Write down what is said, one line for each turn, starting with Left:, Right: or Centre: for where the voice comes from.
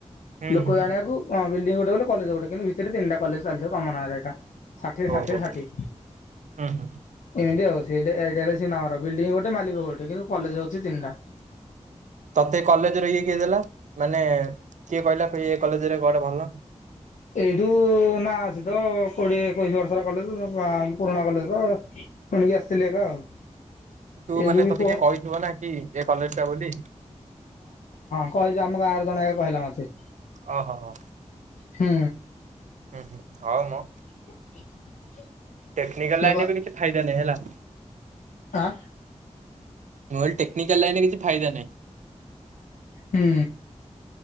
Right: ହୁଁ
Left: ଲୋକ
Right: ହୁଁ ହୁଁ
Left: ଜାଣିବାକୁ ବିଲଡିଂ ଗୋ ଗୋଟେ ବୋଲି କଲେଜ୍ ଗୋଟେ କିନ୍ତୁ ଭିତରେ ତିନଟା କଲେଜ୍ ଚାଲିଥିବ ତମ ନାଁ ରେ ଏକା ଷାଠିଏ ଷାଠି
Right: ଓହୋ
Left: ଷାଠିଏ
Right: ହୋ ହୁଁ ହୁଁ।
Left: ଏମିତି ଆଉ <unintelligible> ବିଲ୍ଡିଂ ଗୋ ମାଲିକ ଗୋଟେ କିନ୍ତୁ କଲେଜ ହଉଛି ତିନିଟା।
Right: ତତେ କଲେଜର ଇଏ କିଏ ଦେଲା? ମାନେ କିଏ କହିଲା ତ ଏ କଲେଜରେ କୁଆଡେ ଭଲ?
Left: ଏଇଠୁ ନା ଅଛି ତ କୋଡିଏ ଏକୋଇଶି ବର୍ଷର କଲେଜ ଆ ପୁରୁଣା କଲେଜ ଶୁଣିକି ଆସିଥିଲି ଏକା ଆଉ
Right: ତୁ
Left: ଏଇଠୁ
Right: ମାନେ
Left: ବି
Right: ତତେ
Left: ଫୋନ
Right: କିଏ କହିଥିବ ନା କି ଏ କଲେଜଟା ବୋଲି।
Left: କହଦିଅ ଆମ ଗାଁରୁ ଜଣେ କହିଲା ମତେ।
Right: ଓ ହୋ ହ
Left: ହୁଁ।
Right: <unintelligible>
Left: <inaudible>
Right: ଟେକ୍ନିକାଲ
Left: ସେ
Right: ଲାଇନ
Left: ବା
Right: ରେ ବି କିଛି ଫାଇଦା ନାହିଁ ହେଲା।
Left: ଆଁ।
Right: ନହେଲେ ଟେକ୍ନିକାଲ ଲାଇନରେ କିଛି ଫାଇଦା ନାହିଁ।
Left: ହୁଁ।